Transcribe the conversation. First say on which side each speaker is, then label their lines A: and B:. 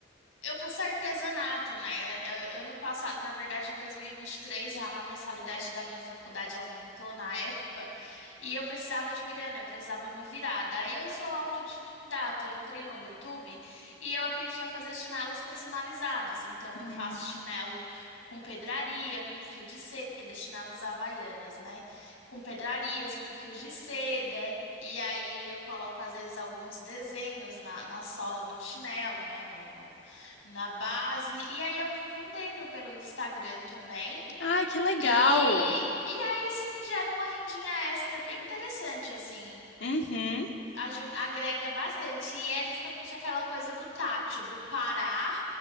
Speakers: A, on the left; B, on the left.
A: Eu faço artesanato, né? Eu- Ano passado, na verdade, em dois mil e e vinte e três, a mensalidade da minha faculdade aumentou na época e eu precisava de grana, eu precisava me virar. Daí eu sou autodidata, eu entrei no YouTube e eu aprendi a fazer chinelos personalizados. Então
B: Hum.
A: eu faço chinelo com pedraria, com fio de seda, chinelos havaianas, né? Com pedrarias, com fios de seda. E aí eu coloco, às vezes, alguns desenhos na, na sola do chinelo, né? No, no- na base. E aí eu vou vendendo pelo Instagram também.
B: Ai, que legal.
A: E, e aí isso me gera uma rendinha extra bem interessante, assim.
B: Uhum.
A: Ajuda, agrega bastante. E é justamente aquela coisa do tátil, do parar